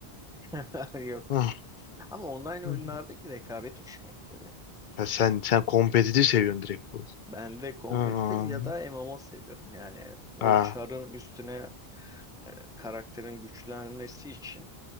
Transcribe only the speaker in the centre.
<laughs> Yok.
Ama online
oyunlardaki rekabet hoşuma gidiyor benim.
Ben de kompetitif
ya da MMO seviyorum. Yani o
çarın üstüne e, karakterin güçlenmesi için